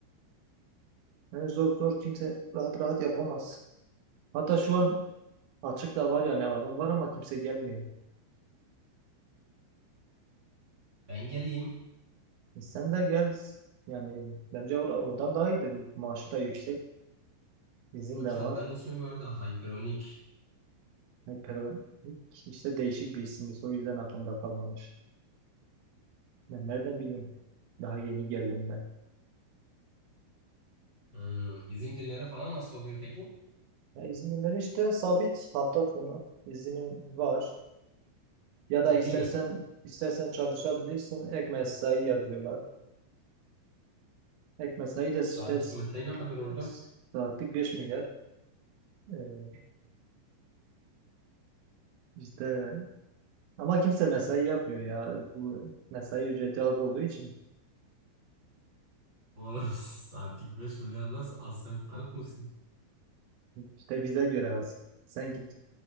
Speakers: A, on the right; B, on the right.
A: Yani zor zor kimse rahat rahat yapamaz. Hatta şu an açık da var yani alım var ama kimse gelmiyor.
B: Ben geleyim.
A: E sen de gel. Yani bence or- oradan daha iyidir. Maaşı da yüksek. izin
B: O
A: de
B: çantanın
A: var.
B: ismi bu arada Hyperonic.
A: Hyperonic işte değişik bir isimmiş. O yüzden aklımda kalmamış. Ben nereden bileyim? Daha yeni geldim ben.
B: Hmm, izin günleri falan nasıl oluyor peki?
A: Ya İzmirler işte sabit hafta sonu izinin var. Ya
B: İki
A: da istersen
B: gün.
A: istersen çalışabilirsin. Ek mesai yazıyorlar. Ek mesai de
B: Saatlik
A: işte s-
B: mesai ne kadar orada?
A: s- saatlik 5 milyar. Ee, işte ama kimse mesai yapmıyor ya. Bu mesai ücreti az olduğu için
B: Oğlum <laughs> saatlik 5 milyar nasıl az sen kırık mısın?
A: işte bize göre az. Sen git